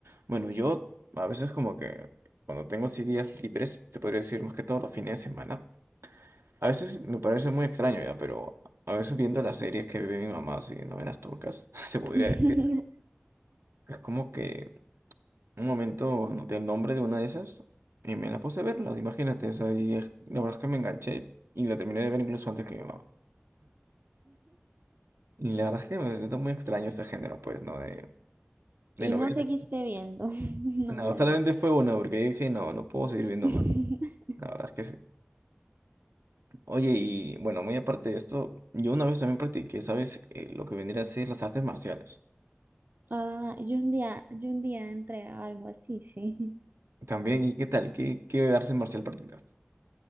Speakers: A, on the right; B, on the right.
A: Bueno, yo a veces como que cuando tengo así días libres, se podría decir más que todos los fines de semana. A veces me parece muy extraño ya, pero a veces viendo las series que ve mi mamá, así, novelas turcas, <laughs> se podría
B: <laughs>
A: decir. Es como que un momento anoté el nombre de una de esas y me la puse a verla, imagínate. O sea, y es- la verdad es que me enganché y la terminé de ver incluso antes que mi mamá. Y la verdad es que me resulta muy extraño este género, pues, ¿no? De, de
B: Y
A: novelas.
B: no seguiste viendo <laughs> novelas
A: No, solamente fue una porque dije, no, no puedo seguir viendo
B: así.
A: más.
B: <laughs>
A: La verdad es que sí. Oye, y bueno, muy aparte de esto, yo una vez también practiqué, ¿sabes? Eh, lo que vendría a ser las artes marciales.
B: Ah, yo un día, yo un día entré a algo así, sí. <laughs>
A: También, ¿y qué tal? ¿Qué, qué arte marcial practicaste?